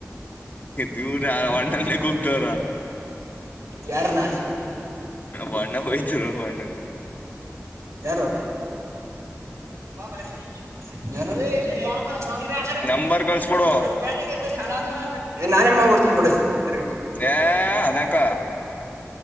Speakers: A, on the left (about 35°); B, on the right (about 70°).
A: ದೂರ ಅಣ್ಣನ್ನೇ ಕೂಗ್ತವ್ರ
B: ಯಾರನ್ನ
A: ವರ್್ಣ ಹರ ವರ್್ಣ
B: ಯಾರು ಹ ಸರ್ ನ ಹ
A: ನಂಬರ್ ಕಳ್ಸ್ಬಿಡು
B: <inaudible> ನಾನೇಮ್ಮ ಡ್ತ ಬಿಡಿ ತಿರ್ಗ
A: ಏ ಅದಕ್ಕಾ